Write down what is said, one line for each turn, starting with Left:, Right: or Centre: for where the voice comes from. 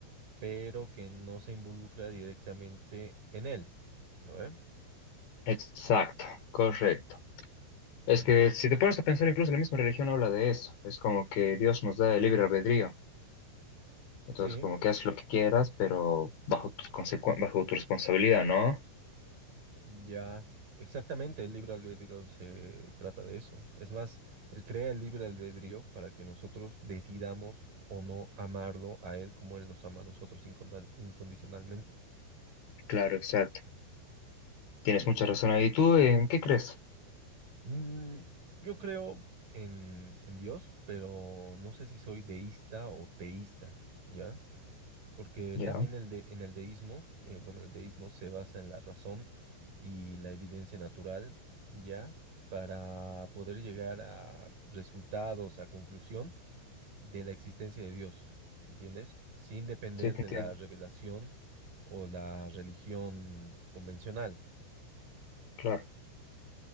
Right: pero que no se involucra directamente en él, ¿no ve?
Left: Exacto, correcto. Es que
Right: Ya.
Left: si te pones a pensar, incluso la misma religión habla de eso. Es como que Dios nos da el libre albedrío. Entonces,
Right: Sí,
Left: como que haz lo que quieras, pero bajo tu consecu- bajo tu responsabilidad, ¿no?
Right: ya, exactamente, el libre albedrío se trata de eso. Es más, él crea el libre albedrío para que nosotros decidamos o no amarlo a él como él nos ama a nosotros incondan- incondicionalmente,
Left: Claro, exacto. Tienes mucha
Right: ¿ya?
Left: razón ahí. ¿Tú en qué crees?
Right: Mm, yo creo en, en Dios, pero no sé si soy deísta o teísta, ¿ya? Porque
Left: Ya,
Right: también el de, en el deísmo, eh, bueno, el deísmo se basa en la razón y la evidencia natural, ya, para poder llegar a resultados, a conclusión de la existencia de Dios, ¿entiendes? Sin depender
Left: sí, te
Right: de
Left: entiendo.
Right: la revelación o la religión convencional.
Left: Claro.